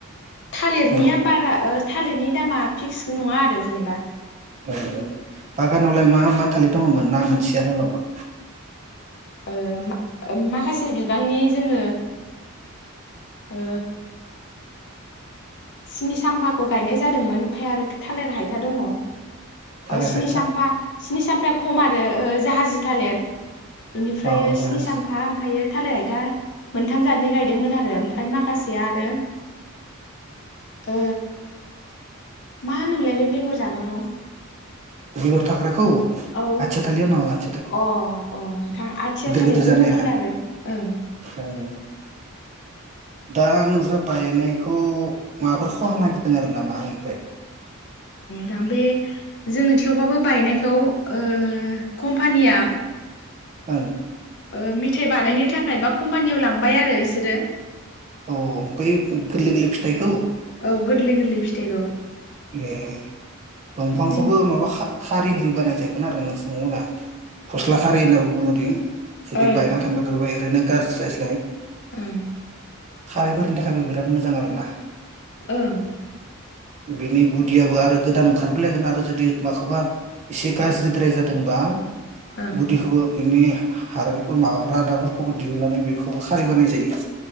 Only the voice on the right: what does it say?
ए ओ
ओं ओं बागानावलाय मा मा थालिर दङमोन ना मोनसेयानो ल'मोन?
थालिर
हायथा
अ जाहाज
बेगर थाग्रा औ
आथिया थालिर नङाबा
गिदिर जानाया
ओं दा नोंसोर बायनायखौ माबाफोर खहा नागिरदों आरो नामा आंनिफ्राय?
ओं
औ बै गोरलै गोरलै फिथाइखौ?
ए दंफांखौबो
माबा खा खारि हिरि बानायजायगोन आरो नोंथांमोना फस्ला खारि होनना बुङोदि जुदि
बायना थांग्रो थारबाय ओरैनो गाज स्लाय स्लाय
खारैफोरनि थाखायबो बिराद मोजां आरो ना।
बिनि गुदियाबो आरो गोदान ओंखारबोलायगोन आरो जुदि माखौबा एसे गाज्रिद्राय जादोंबा
गुदिखौबो इनि हारेंफोर माबा रादाफोरखौबो दिहुननानै बेखौबो खारैबानाय जायो